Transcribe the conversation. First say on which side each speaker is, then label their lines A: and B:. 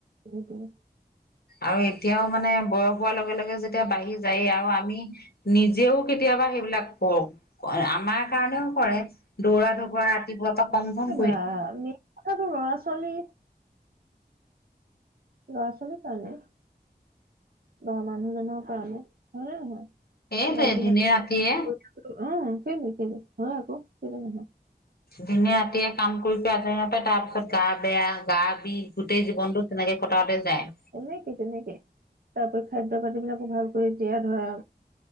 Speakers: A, on the right (about 65°); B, on the left (about 70°).
A: সেইটোৱেই।
B: আৰু এতিয়াও মানে বয়স হোৱাৰ লগে লগে যেতিয়া বাঢ়ি যায়েই আৰু আমি নিজেও কেতিয়াবা সেইবিলাক কৰক, আমাৰ কাৰণেও কৰে। দৌৰা ধপৰা ৰাতিপুৱাৰ পৰা কমখন।
A: অ', মেইন কথাটো ল'ৰা-ছোৱালী ল'ৰা-ছোৱালীৰ কাৰণে, বা মানুহজনৰ কাৰণে, হয় নে নহয়?
B: এই
A: মাইকী
B: যে, দিনে ৰাতিয়ে।
A: মানুহ অ', কেলেই কেলেই, হয় আকৌ। কেলেই নহয়।
B: দিনে ৰাতিয়ে কাম কৰি কৰি আজৰি নাপায়, তাৰ পিছত গা বেয়া, গা বিষ, গোটেই জীৱনটোত তেনেকে কটাওঁতে যায়।
A: এনেকে, তেনেকে। তাৰপৰি খাদ্য পাতি বিলাকো ভাল কৰি দিয়া ধৰা।